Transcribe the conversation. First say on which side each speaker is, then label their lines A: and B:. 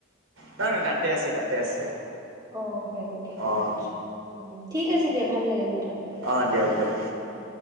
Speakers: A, on the right; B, on the right.
A: নহ নহয় তাতে আছে তাতে আছে
B: অ হয় নেকি
A: অ',
B: আচ্ছা উম ঠিক আছে দিয়া ভাল লাগিল কথা পাতি
A: অ দিয়ক দিয়ক
B: উম।